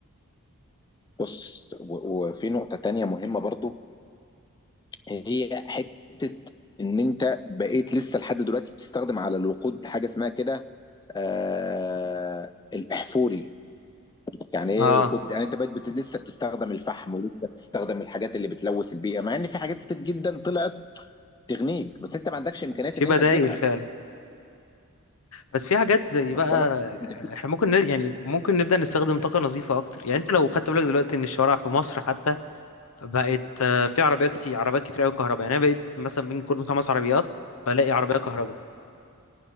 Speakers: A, on the left; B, on the left.
A: بص و- وفي نقطه تانية مهمه برضو هي حته ان انت بقيت لسه لحد دلوقتي بتستخدم على الوقود حاجه اسمها كده آه الاحفوري يعني ايه
B: اه
A: وقود يعني انت بقيت بت... لسه بتستخدم الفحم ولسه بتستخدم الحاجات اللي بتلوث البيئه مع ان في حاجات كتير جدا طلعت تغنيك بس انت ما عندكش امكانيات
B: في
A: ان
B: بدايل
A: انت تجيبها
B: فعلا بس في حاجات زي بقى
A: وصل لك انت
B: احنا ممكن ن- يعني ممكن نبدا نستخدم طاقه نظيفه اكتر يعني انت لو خدت بالك دلوقتي ان الشوارع في مصر حتى بقت آه، في عربيات كتير عربيات كتير قوي كهرباء يعني انا بقيت مثلا من كل خمس عربيات بلاقي عربيه كهرباء